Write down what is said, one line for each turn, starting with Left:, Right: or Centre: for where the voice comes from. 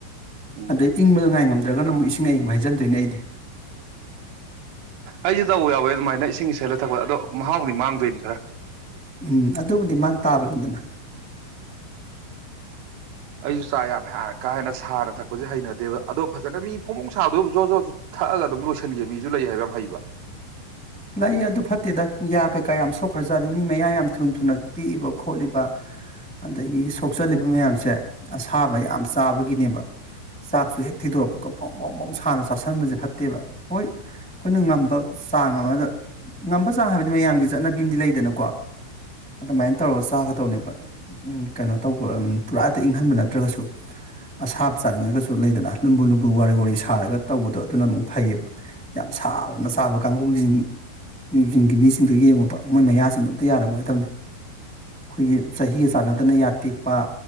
Right: ꯎꯝ
Centre: ꯑꯗꯩ ꯏꯪꯕꯗ ꯉꯥꯏ ꯉꯝ ꯖꯒꯅꯝ ꯏꯁ ꯍꯪ ꯍꯥꯏꯖꯤꯟꯗꯣꯏꯅꯦ ꯑꯩꯗꯤ
Right: ꯑꯩꯁꯦ ꯇꯧ ꯌꯥꯎꯋꯦ ꯑꯗꯨꯃꯥꯏꯅ ꯏꯁꯤꯡ ꯏꯜꯂ ꯊꯛꯄꯗ ꯑꯗꯣ ꯃꯍꯥꯎꯗꯤ ꯃꯥꯡꯗꯣꯏꯅꯤ ꯈꯔ
Centre: ꯎꯝ ꯑꯗꯨꯕꯨꯗꯤ ꯃꯥꯡ ꯇꯥꯕꯅꯤꯗꯅ
Right: ꯑꯩꯁꯨ ꯆꯥ ꯌꯥꯝ ꯍ ꯀꯥ ꯍꯦꯟꯅ ꯁꯥꯅ ꯊꯛꯄꯁꯦ ꯍꯩꯅꯗꯦꯕ ꯑꯗꯣ ꯐꯖꯅ ꯃꯤ ꯐꯣꯃꯣꯡ ꯁꯥꯕꯗꯨꯕꯨ ꯖꯣ ꯖꯣꯖ ꯊꯛꯑꯒ ꯑꯗꯨꯝ ꯂꯣꯏꯁꯤꯟꯒꯦ ꯃꯤꯁꯨ ꯂꯩ ꯍꯥꯏꯕ ꯌꯥꯝ ꯍꯩꯕ
Centre: ꯂꯏ ꯑꯗꯨ ꯐꯠꯇꯦꯗ ꯌꯥ ꯀꯩꯀꯥ ꯌꯥꯝ ꯁꯣꯛꯈ꯭ꯔ ꯆꯥꯦ ꯃꯤ ꯃꯌꯥ ꯌꯥꯝ ꯊꯨꯅ ꯊꯨꯅ ꯇꯦꯛꯏꯕ ꯈꯣꯠꯂꯤꯕ ꯑꯗꯒꯤ ꯁꯣꯛꯆꯜꯂꯤꯕ ꯃꯌꯥꯝꯁꯦ ꯑꯁꯥꯕ ꯌꯥꯝ ꯆꯥꯕꯒꯤꯅꯦꯕ ꯆꯥꯛꯁꯨ ꯍꯦꯛ ꯊꯤꯗꯣꯔꯛꯄꯒ ꯄꯣꯡ ꯄꯣꯡ ꯐꯣꯡ ꯁꯅ ꯆꯥꯥꯁꯟꯕꯁꯦ ꯐꯠꯇꯦꯕ ꯍꯣꯏ ꯑꯩꯈꯣꯏꯅ ꯉꯝꯕ ꯆꯥꯡ ꯑꯃꯗ ꯉꯝꯕ ꯆꯥ ꯍꯥꯏꯕꯗꯤ ꯃꯌꯥꯝꯒꯤ ꯆꯠꯅꯕꯤ ꯑꯃꯗꯤ ꯂꯩꯗꯅꯀꯣ ꯑꯗꯨꯃꯥꯏꯅ ꯇꯧꯔꯒ ꯆꯥꯒꯗꯧꯅꯦꯕ ꯀꯩꯅꯣ ꯇꯧꯕ ꯄꯨꯔꯥꯇ ꯏꯪꯍꯟꯕ ꯅꯠꯇ꯭ꯔꯒꯁꯨ ꯑꯁꯥꯕ ꯆꯥꯅꯤꯡꯉꯒꯁꯨ ꯂꯩꯗꯅ ꯂꯨꯝꯕꯨ ꯂꯨꯝꯕꯨ ꯋꯥꯔꯤ ꯁꯥꯔꯒ ꯇꯧꯕꯗꯣ ꯑꯗꯨꯅ ꯑꯃꯨꯛ ꯐꯩꯌꯦꯕ ꯌꯥꯝ ꯁꯥꯅ ꯆꯥꯕ ꯀꯥꯡꯒꯨꯁꯤꯡ ꯌꯤꯡꯒꯤ ꯃꯤꯁꯤꯡꯗꯣ ꯌꯦꯡꯉꯨꯕ ꯃꯣꯏ ꯃꯌꯥꯁꯤꯡꯗꯣ ꯑꯝꯇ ꯌꯥꯔꯝꯃꯣꯏꯗꯕꯅꯤ ꯑꯩꯈꯣꯏꯒꯤ ꯆꯍꯤꯒ ꯆꯥꯟꯅꯗꯅ ꯌꯥ ꯇꯦꯛꯄ